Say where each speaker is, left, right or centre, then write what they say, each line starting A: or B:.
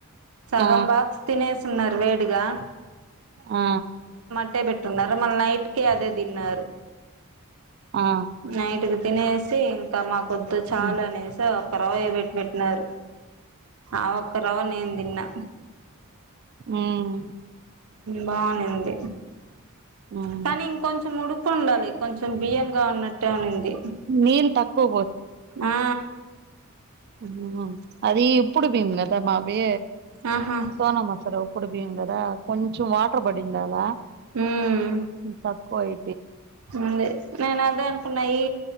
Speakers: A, on the right; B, on the right.
A: సగం
B: ఆ
A: బాక్స్ తినేసున్నారు వేడిగా
B: ఆ
A: ట్టే బెట్టునారు మళ్ నైట్ కి అదే దిన్నారు
B: ఆ
A: నైట్ రుబ్ తినేసి ఇంకా మాకొద్దు చాల్
B: మ్మ్
A: అనేసో ఒక రవయే బెట్ బెట్ నారు ఆ ఒక్క రవ నేను దిన్నా
B: ఉమ్
A: బానే ఉంది
B: మ్మ్
A: కానీ ఇంకొంచెం ఉడుకుండాలి కొంచెం బియ్యం గ ఉన్నట్టు ఉంది
B: నీళ్ళు తక్కువ
A: ఆ
B: ఉమ్ అది ఇప్పుడు మేము కదా మా వే
A: ఆహా
B: సోన మసర ఉప్పుడిబియ్యంగదా కొంచెం వా బాడిందాల
A: ఉమ్
B: తక్కువయ్
A: ఉంది నేన్ అదే అనుకున్న ఈ